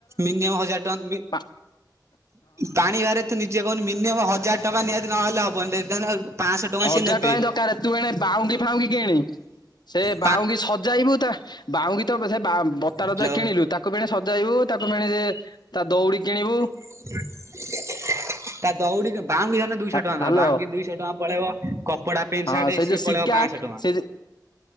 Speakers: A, on the right; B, on the left.
A: ମିନିମମ୍ ହଜାର ଟଙ୍କା
B: ପା
A: ପାଣି ଭହାରେ ତ ନିଜେ କହୁନି ମିନିମମ ହଜାର ଟଙ୍କା ନିହାତି ନହେଲେ ହବନି ପାଞ୍ଚଶହ ଟଙ୍କା
B: ହଜାର
A: ସିଏ ନେବେ।
B: ହିଁ ଦରକାର ତୁ ଏଣେ ବାଉଁଙ୍କି ଫାଉଁଙ୍କି କିଣି ସେ
A: ପା
B: ବାଉଁଙ୍କି ସଜାଇବୁ ତା ବାଉଙ୍କି ତ ସେ ବା ବତାର
A: ହାଲୋ
B: ତ କିଣିଲୁ ତାକୁ ପଣି ସଜାଇବୁ ତାକୁ ପଣି ସେ ତା ଦଉଡି କିଣିବୁ
A: ତା ଦୌଡିିକି ବାଉାମଙ୍କି ଧର ଦୁଇଶହ
B: ହ୍ୟାଲୋ
A: ଟଙ୍କା ଦବ ବାମୁଙ୍କି ଦୁଇଶହ ଟଙ୍କା ପଳେଇବ କପଡା ପେଣ୍ଟ
B: ହଁ
A: ସାର୍ଟ
B: ସେଇ
A: ସିଏ
B: ଯୋଉ
A: ପଳେଇବ
B: ଶିକିକା
A: ପାଁଶହ ଟଙ୍କା।
B: ସେ ଯୋ-